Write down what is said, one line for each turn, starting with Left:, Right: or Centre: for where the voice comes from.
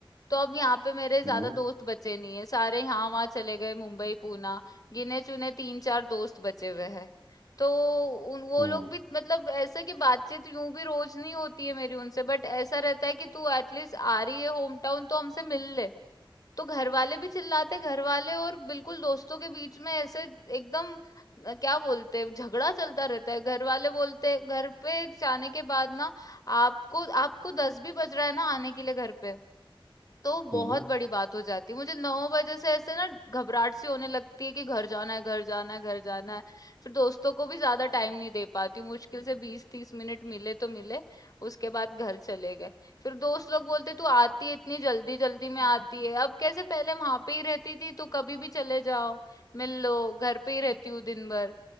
Left: तो अब यहाँ पे मेरे ज्यादा
Right: हम्म
Left: दोस्त बचे नहीं है सारे यहाँ वहाँ चले गए मुंबई पूना गिने चुने तीन चार दोस्त बचे हुए हैं तो उन वो
Right: हम्म
Left: लोग भी मतलब ऐसा कि बातचीत यूं भी रोज नहीं होती है मेरी उनसे बट ऐसा रहता है कि तू एटलीस्ट आ रही है होम टाउन तो हमसे मिल ले तो घरवाले भी चिल्लाते, घरवाले और बिल्कुल दोस्तों के बीच में ऐसे एकदम अ, क्या बोलते हैं, झगड़ा चलता रहता है। घरवाले बोलते घर पे जाने के बाद ना आपको आपको 10 भी बज रहा है ना आने के लिए घर पे, तो
Right: हम्म
Left: बहुत बड़ी बात हो जाती है मुझे नौ बजे से ऐसे ना घबराहट सी होने लगती है कि घर जाना है घर जाना है घर जाना है फिर दोस्तों को भी ज्यादा टाइम नहीं दे पाती हूँ मुश्किल से बीस तीस मिनट मिले तो मिले उसके बाद घर चले गए फिर दोस्त लोग बोलते तू आती है इतनी जल्दी जल्दी में आती है अब कैसे पहले वहां पे ही रहती थी तो कभी भी चले जाओ मिल लो घर पे ही रहती हूँ दिन भर